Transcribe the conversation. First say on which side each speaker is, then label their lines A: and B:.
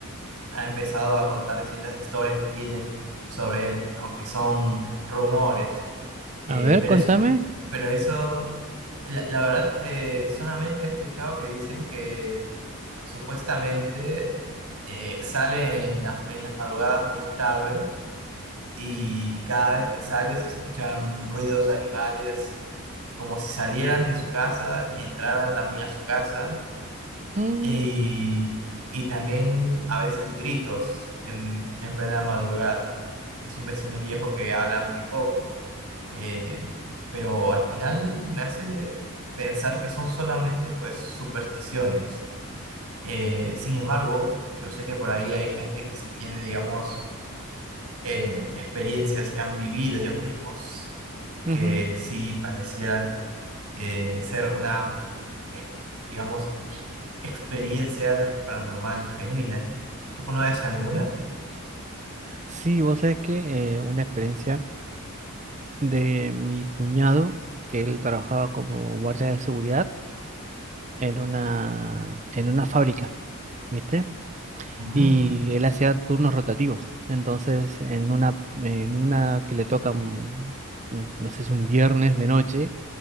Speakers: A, on the right; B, on the right.
A: ha empezado a contar distintas historias que tienen sobre él, aunque son rumores. Eh,
B: A ver,
A: pero,
B: contame.
A: es, pero eso, la, la verdad, eh, solamente he escuchado que dicen que supuestamente eh, sale en las, en las madrugadas muy tarde y cada vez que sale se escuchan ruidos de animales como si salieran de su casa, entraran también a su casa
B: Mm,
A: y, y también a veces gritos en, en plena madrugada. Es un vecino viejo que habla muy poco. eh, pero al final me hace pensar que son solamente pues supersticiones. Eh, sin embargo, yo sé que por ahí hay gente que sí tiene, digamos, eh, experiencias que han vivido ellos mismos, que
B: ujú.
A: sí parecieran eh, ser una, ex- digamos, experiencia paranormal genuina. ¿Tú conoces alguna?
B: Sí, vos sabés que eh, una experiencia de mi cuñado, que él trabajaba como guardia de seguridad en una, en una fábrica, ¿viste?
A: Mm.
B: Y él hacía turnos rotativos. Entonces, en una, en una que le toca, un- un- no sé si un viernes de noche,